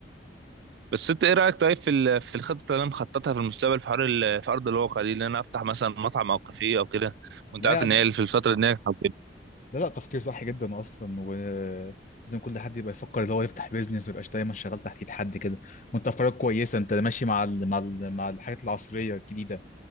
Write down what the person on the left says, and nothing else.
لا
لا لا تفكير صح جدا اصلا ولازم كل حد يبقى يفكر اللي هو يفتح بيزنس ما يبقاش دايما شغال تحت ايد حد كده وانت افكارك كويسه انت ماشي مع ال... مع ال... مع الحاجات العصريه الجديده